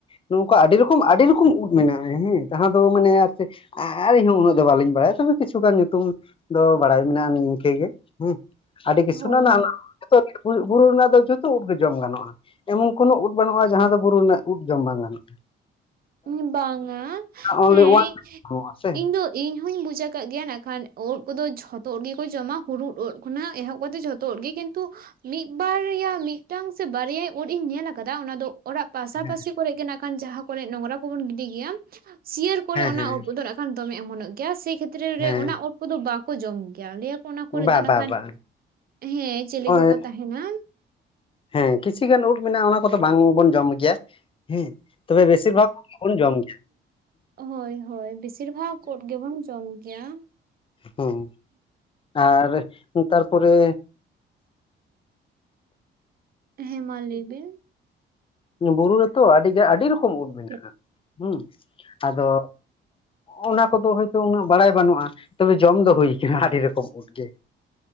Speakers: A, on the left (about 25°); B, on the right (about 50°).
A: ᱱᱚᱝᱠᱟ ᱟᱹᱰᱤ ᱨᱚᱠᱚᱢ ᱟᱹᱰᱤ ᱨᱚᱠᱚᱢ ᱩᱫ ᱢᱮᱱᱟᱜᱼᱟ ᱦᱮᱸ ᱡᱟᱦᱟᱸ ᱫᱚ ᱢᱟᱱᱮ ᱟᱨᱠᱤ ᱟᱼᱟᱹᱞᱤᱧ ᱦᱚᱸ ᱩᱱᱟᱹᱜ ᱫᱚ ᱵᱟᱹᱞᱤᱧ ᱵᱟᱲᱟᱭᱟ ᱛᱚᱵᱮ ᱠᱤᱪᱷᱩ ᱜᱟᱱ ᱧᱩᱛᱩᱢ ᱫᱚ ᱵᱟᱲᱟᱭ ᱢᱮᱱᱟᱜᱼᱟ ᱤᱝᱠᱟᱹ ᱜᱮ ᱦᱮᱸ᱾ ᱟᱹᱰᱤ ᱜᱮ
B: ᱦᱳᱭ
A: ᱥᱩᱱᱟᱱᱟ ᱡᱷᱚᱛᱚᱜᱮ ᱵᱩᱨᱩ ᱨᱮᱱᱟᱜ ᱫᱚ ᱡᱚᱛᱚ ᱩᱫ ᱜᱮ ᱡᱚᱢ ᱜᱟᱱᱚᱜᱼᱟ᱾ ᱮᱢᱚᱱ ᱠᱳᱱᱳ ᱩᱫ ᱵᱟᱹᱱᱩᱜᱼᱟ ᱡᱟᱦᱟᱸ ᱫᱚ ᱵᱩᱨᱩ ᱨᱮᱱᱟᱜ ᱩᱫ ᱡᱚᱢ ᱵᱟᱝ ᱜᱟᱱᱚᱜᱼᱟ᱾
B: ᱤᱧ ᱵᱟᱝᱟ
A: ᱚᱱᱞᱤ
B: ᱦᱮᱸ
A: <unintelligible> ᱥᱮ᱾
B: ᱤᱧ ᱫᱚ ᱤᱧ ᱦᱚᱧ ᱵᱩᱡᱟᱹ ᱠᱟᱜ ᱜᱮᱭᱟ ᱱᱟᱜᱠᱷᱟᱱ ᱩᱫ ᱠᱚᱫᱚ ᱡᱷᱚᱛᱚ ᱩᱫ ᱜᱮᱠᱚ ᱡᱚᱢᱟ ᱦᱩᱲᱩᱫ ᱩᱫ ᱠᱷᱚᱱᱟᱜ ᱮᱦᱚᱵ ᱠᱟᱛᱮᱜ ᱡᱷᱚᱛ ᱚᱛ ᱩᱫ ᱜᱮ ᱠᱤᱱᱛᱩ ᱢᱤᱜ ᱵᱟᱨᱭᱟ ᱢᱤᱜᱴᱟᱝ ᱥᱮ ᱵᱟᱨᱭᱟ ᱩᱫ ᱤᱧ ᱧᱮᱞ ᱠᱟᱫᱟ ᱚᱱᱟ ᱫᱚ ᱚᱲᱟᱜ ᱯᱟᱥᱟᱯᱟᱥᱤ
A: ᱦᱮᱸ
B: ᱠᱚᱨᱮ ᱜᱮ ᱱᱟᱜ ᱠᱷᱟᱱ ᱡᱟᱦᱟᱸ ᱠᱚᱨᱮ ᱱᱚᱝᱨᱟ ᱠᱚᱵᱚᱱ ᱜᱤᱰᱤ ᱜᱮᱭᱟ ᱥᱤᱭᱟᱹᱨ ᱠᱚᱨᱮ ᱚᱱᱟ
A: ᱦᱮᱸ
B: ᱩᱫ ᱫᱚ ᱨᱟ ᱠᱷᱟᱱ ᱫᱚᱢᱮ ᱮᱢᱚᱱᱼᱚᱜ ᱜᱮᱭᱟ ᱥᱮ ᱠᱷᱮᱛᱨᱮ
A: ᱦᱮᱸ
B: ᱨᱮ ᱚᱱᱟ ᱩᱫ ᱠᱚᱫᱚ ᱵᱟᱠᱚ ᱡᱚᱢ ᱜᱮᱭᱟ᱾ ᱞᱟᱹᱭᱟ ᱚᱱᱟ ᱠᱚᱨᱮ
A: ᱵᱟ
B: ᱫᱚ ᱱᱟᱠᱷᱟᱱ
A: ᱵᱟ ᱵᱟ
B: ᱦᱮᱸ ᱪᱮᱞᱮ
A: ᱱᱚᱜᱼᱚᱭ
B: ᱠᱚᱠᱚ ᱛᱟᱦᱮᱸᱱᱟ
A: ᱦᱮᱸ ᱠᱤᱪᱷᱤ ᱜᱟᱱ ᱩᱫ ᱢᱮᱱᱟᱜᱼᱟ ᱚᱱᱟ ᱠᱚᱫᱚ ᱵᱟᱝ ᱵᱚᱱ ᱡᱚᱢ ᱜᱮᱭᱟ ᱦᱮᱸ᱾ ᱛᱚᱵᱮ ᱵᱮᱥᱤᱨ ᱵᱷᱟᱜᱽ <unintelligible> ᱡᱚᱢ ᱜᱮᱭᱟ᱾
B: ᱦᱳᱭ ᱦᱳᱭ ᱵᱮᱥᱤᱨ ᱵᱷᱟᱜᱽ ᱩᱫ ᱜᱮᱵᱚᱱ ᱡᱚᱢ ᱜᱮᱭᱟ᱾
A: ᱦᱩᱸ ᱟᱨ ᱛᱟᱨᱯᱚᱨᱮ
B: ᱦᱮᱸ ᱢᱟ ᱞᱟᱹᱭ ᱵᱮᱱ᱾
A: ᱵᱩᱨᱩ ᱨᱮᱛᱚ ᱟᱹᱰᱤ ᱜᱮ ᱟᱹᱰᱤ ᱨᱚᱠᱚᱢ ᱩᱫ ᱢᱮᱱᱟᱜᱼᱟ᱾
B: ᱦᱮᱸ
A: ᱦᱩᱸ ᱟᱫᱚ ᱚᱱᱟ ᱠᱚᱫᱚ ᱦᱩᱭ ᱛᱚ ᱩᱱᱟᱹᱜ ᱵᱟᱲᱟᱭ ᱵᱟᱹᱱᱩᱜᱼᱟ᱾ ᱛᱚᱵᱮ ᱡᱚᱢ ᱫᱚ ᱦᱩᱭ ᱠᱟᱱᱟ ᱟᱹᱰᱤ ᱨᱚᱠᱚᱢ ᱩᱫ ᱜᱮ᱾